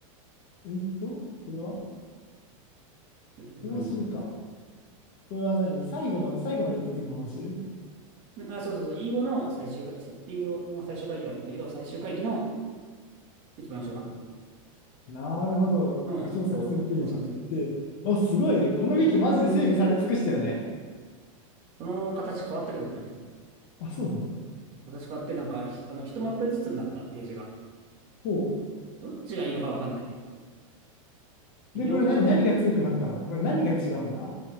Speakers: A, on the left; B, on the right.
A: えっと、これは
B: 部会にとかと。
A: 報酬か。これは何最後まで、最後まで行った時の報酬
B: うんあ、そうそうそう。英語の最終回、英語も最終会帰だったんだけど、最終回帰の一番後ろか
A: なるほど。
B: なの、
A: 拡張作戦ページに行って。
B: こう、こう作戦。
A: あ、すごい。このウィキマジで整備され尽くしたよね。
B: この形変わったけどね、もう。
A: あ、そうなんだ。
B: 形変わってなんか、ひあの、一マップずつになったページが。
A: ほう。
B: どっちがいいのかわかんない。微妙という可能性もある。
A: で、これ何、何が強くなったのこれ何が違うんだ